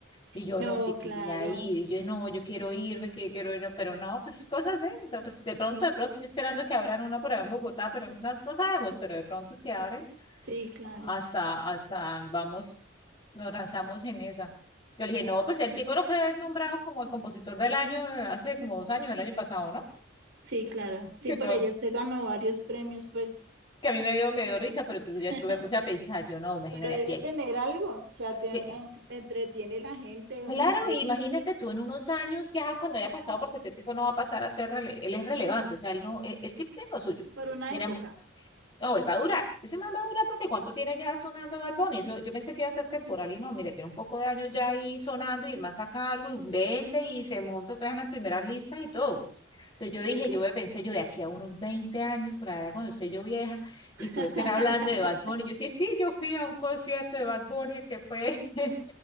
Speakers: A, on the left; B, on the right.
A: Y yo
B: No,
A: no, sí quería
B: claro.
A: ir. Y yo no, yo quiero irme, que quiero ir. Pero no, pues cosas ven. no, Pues de pronto, de pronto, yo esperando que abran una por allá en Bogotá, pero no, no sabemos. Pero de pronto si abren,
B: Sí, claro.
A: hasta, hasta vamos, nos lanzamos en esa. Yo le dije, no, pues el tipo no fue nombrado como el compositor del año eh, hace como dos años, el año pasado, ¿no?
B: Sí, claro. Sí,
A: Que
B: por
A: todo
B: ella se ganó varios premios, pues,
A: que a mí me dio, me dio risa, pero entonces
B: <laughs>
A: yo después me puse a pensar, yo no, imagínate
B: pero debe
A: aquí. hay-
B: tener algo. O sea, te,
A: que-
B: en- te entretiene la gente o
A: Claro,
B: no sé,
A: imagínate tú en unos años ya cuando haya pasado, porque ese tipo no va a pasar a ser, rele- él es relevante, o sea, él no, el, el tipo tiene lo suyo.
B: por una
A: Tiene
B: época.
A: mu- no, él va a durar, ese man va a durar porque cuánto tiene ya sonando Bad Bunny, eso, yo pensé que iba a ser temporal y no, mire, tiene un poco de años ya ahí sonando y el man saca algo y vende y se monta otra vez en las primeras listas y todo. Entonces yo
B: Sí,
A: dije,
B: claro.
A: yo me pensé, yo de aquí a unos 20 años, para allá cuando esté yo vieja, y
B: <laughs>
A: ustedes estén hablando de Bad Bunny. Yo sí, sí, yo fui a un concierto de Bad Bunny, el que fue <laughs>